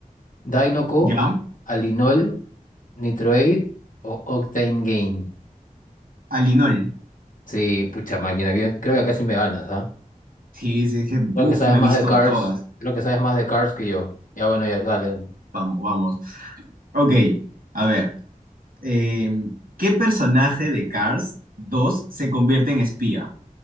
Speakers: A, on the left; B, on the right.
A: ¿Dinoco,
B: ¿Ya?
A: Alinol, Nitroate o Octane Gain?
B: Alinol.
A: Sí, pucha máquina, creo creo que acá sí me ganas, ¿ah?
B: Sí, sí, es que,
A: Creo
B: uff,
A: que sabes
B: me
A: más
B: he visto
A: de Cars,
B: todas.
A: creo que sabes más de Cars que yo. Ya bueno, ya, dale, dale.
B: Vamos, vamos. Ok, a ver. eh, ¿qué personaje de Cars 2 se convierte en espía?